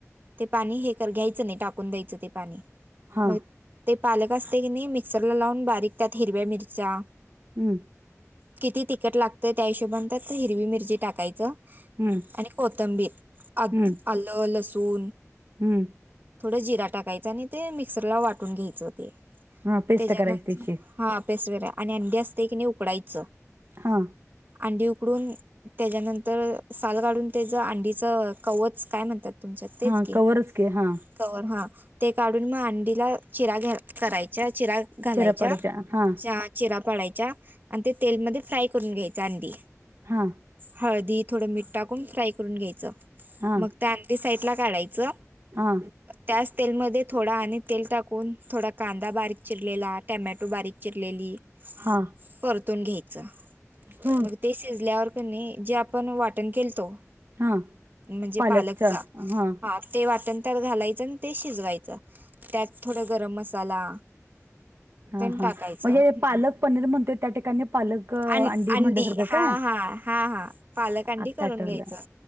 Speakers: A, on the right; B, on the right.
A: ते पाणी हे कर घ्यायचं नाही टाकून द्यायचं ते पाणी
B: हा
A: मग ते पालक असते की नाही मिक्सर लावून बारीक त्यात हिरव्या मिरच्या
B: हमंन
A: किती तिखट लागतं त्या हिशोबनतात हिरवी मिरची टाकायचं
B: हम्म
A: आणि कोथंबीर अ
B: हम्म
A: आलं लसूून
B: हम्म
A: थोडं जिरा टाकायच आणि ते मिक्सरला वाटून घ्यायचं ते
B: हा पेस्ट
A: त्याच्यानंतर
B: करायची त्याची
A: हा अभेस वेर आणि अंडी असते की नाही उकडायचं
B: हा
A: अंडी उकडून त्याच्यानंतर साल काढून त्याच अंडीच कवच काय म्हणतात तुमच्यात तेच
B: हा
A: की
B: कवरच हा
A: कवर हा ते काढून मग अंडीला चिरा घ करायच्या चिरा घालायच्या
B: चिरापाडाच्या हा
A: चिरा पाडायच्या आणि ते तेलमध्ये फ्राय करून घ्यायचा अंधी
B: हा
A: हळदी थोडं मठ टाकून फ्राय करून घ्यायचं
B: हा
A: मग त्या आणटी साईड ला काढा यचं
B: हा
A: त्याच तेलमध्ये थोडा आणि तेल टाकून थोडा कांदा बारीक चिरलेला टमॅटो बारीक चिरलेली
B: हा
A: परतून घ्यायच
B: ह
A: मग ते शिजल्यावर प जे आपण वाटण केलं
B: हा
A: म्हणजे
B: पालकचा
A: पालक
B: हा
A: ते वाटण त्यात घालायचं आणि ते शिजवायचं त्यात थोड गरम मसाला
B: हा
A: पण
B: हा
A: टाकायच
B: म्हणजे
A: हम्
B: पालक पनीर म्हणतोय त्या ठिकाणी पालक
A: अ अंडी
B: म्हटल्यासारखं
A: हा
B: काय
A: हा हा हा पालकांडी
B: आत्ता
A: करून
B: आठवलं
A: घ्यायचं